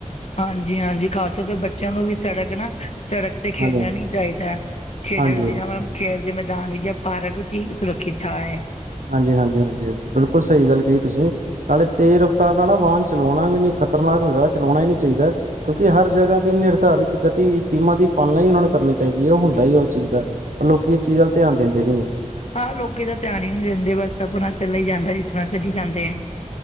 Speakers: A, on the left; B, on the right.
A: ਹਾਂਜੀ, ਹਾਂਜੀ, ਖ਼ਾਸ ਤੌਰ ਤੇ ਬੱਚਿਆਂ ਨੂੰ ਵੀ ਸੜਕ ਨਾ ਸੜਕ ਤੇ ਖੇਡਣਾ
B: ਹਾਂਜੀ,
A: ਨੀ ਚਾਹੀਦਾ। ਖੇਡਣ
B: ਹਾਂਜੀ,
A: ਦੀ ਥਾਂ ਮਤਲਬ ਖੇਡ ਦੇ ਮੈਦਾਨ ਵਿੱਚ ਜਾਂ ਪਾਰਕ ਵਿੱਚ ਹੀ ਸੁਰੱਖਿਤ ਥਾਂ ਐ।
B: ਹਾਂਜੀ, ਹਾਂਜੀ, ਹਾਂਜੀ, ਬਿਲਕੁਲ ਸਹੀ ਗੱਲ ਕਹੀ ਤੁਸੀਂ, ਨਾਲੇ ਤੇਜ਼ ਰਫਤਾਰ ਨਾਲ ਨਾ ਵਾਹਨ ਚਲਾਉਣਾ ਵੀ ਨ ਖ਼ਤਰਨਾਕ ਹੋਏਗਾ ਚਲਾਉਣਾ ਹੀ ਨੀ ਚਾਹੀਦਾ, ਕਿਉਂਕਿ ਹਰ ਜਗਾ ਦੀ ਨਿਰਧਾਰੀਤ ਗਤੀ ਸੀਮਾ ਦੀ ਪਾਲਣਾ ਹੀ ਓਹਨਾਂ ਨੂੰ ਕਰ ਕਰਨੀ ਚਾਹੀਦੀ ਐ, ਓਹ ਹੁੰਦਾ ਉਸ ਚੀਜ਼ ਦਾ ਪਰ ਲੋਕੀ ਇਸ ਚੀਜ਼ ਵੱਲ ਧਿਆਨ ਦਿੰਦੇ ਨੀ ਐ।
A: ਹਾਂ, ਲੋਕੀ ਤੇ ਧਿਆਨ ਹੀ ਨੀ ਦਿੰਦੇ ਬਸ ਆਪਣਾ ਚੱਲੇ ਜਾਂਦਾ ਜਿਸ ਤਰਾ ਚੱਲੀ ਜਾਂਦੇ ਆ।